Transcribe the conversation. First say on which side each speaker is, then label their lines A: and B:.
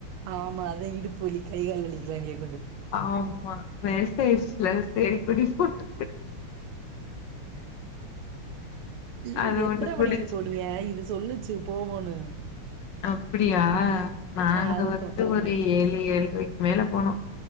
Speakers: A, on the right; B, on the left.
A: ஆமா அதா இடுப்பு வலி கை கால் வலிக்கலாங் கேக்
B: ஆமா வேஸ்ட் ஆயிடுச்சுல்ல சேரி குடிப்போட்டு
A: இ
B: அது
A: எத்தன
B: ஒண்ணு குடிச்சு
A: மணிக்கு போனீய இது ஸ் சொல்லுச்சு போவோனு
B: அப்படியா நாங்க
A: அதுக்கு
B: வந்து ஒரு ஏழு ஏழுரைக்கு மேல போனோ